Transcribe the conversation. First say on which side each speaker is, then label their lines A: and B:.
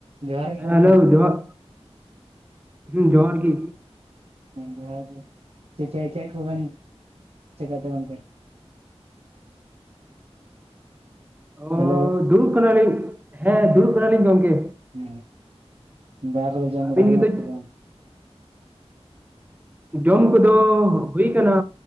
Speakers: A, on the right; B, on the right.
A: ᱡᱚᱦᱟᱨ ᱜᱮ
B: ᱦᱮᱸ
A: ᱜᱚᱢᱠᱮ
B: ᱦᱮᱞᱳ ᱡᱚᱦᱟᱨ᱾ ᱦᱩᱸ ᱡᱚᱦᱟᱨ ᱜᱤ᱾
A: ᱦᱮᱸ ᱡᱚᱦᱟᱨ ᱜᱮ, ᱪᱮ ᱪᱮ ᱪᱮᱫ ᱠᱚᱵᱮᱱ ᱪᱤᱠᱟᱹᱭᱮᱫ ᱛᱮ ᱜᱚᱢᱠᱮ?
B: ᱦᱳᱭᱻ
A: ᱦᱮᱞᱳ
B: ᱫᱩᱲᱩᱵ ᱠᱟᱱᱟᱞᱤᱧ ᱦᱮᱸ ᱫᱩᱲᱩᱵ ᱠᱟᱱᱟᱞᱤᱧ ᱜᱚᱢᱠᱮ᱾
A: ᱚᱻ ᱫᱚᱠᱟ ᱠᱚᱫᱚ ᱡᱚᱢ
B: ᱟᱹᱵᱤᱱ
A: ᱵᱟᱲᱟ ᱦᱩᱭ
B: ᱱᱤᱛᱚᱜ
A: ᱱᱟ ᱥᱮ ᱵᱟᱝ?
B: ᱡᱚᱢ ᱠᱚᱫᱚ ᱦᱩᱭ ᱠᱟᱱᱟ,